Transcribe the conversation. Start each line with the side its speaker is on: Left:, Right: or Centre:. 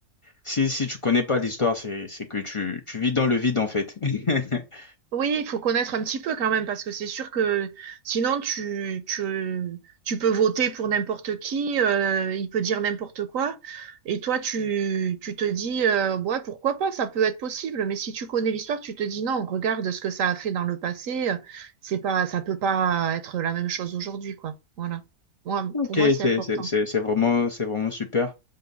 Left: si si tu connais pas l'histoire, c'est c'est que tu tu vis dans le vide en fait. <laughs>
Right: Oui, il faut connaître un petit peu quand même, parce que c'est sûr que sinon tu, tu, tu peux voter pour n'importe qui, euh, il peut dire n'importe quoi, et toi tu, tu te dis, euh, ouais, pourquoi pas, ça peut être possible, mais si tu connais l'histoire, tu te dis non, regarde ce que ça a fait dans le passé, euh, c'est pas, ça peut pas être la même chose aujourd'hui, quoi. Voilà. Moi,
Left: Ok,
Right: pour moi, c'est
Left: c'est
Right: important.
Left: c'est- c'est- c'est vraiment, c'est vraiment super.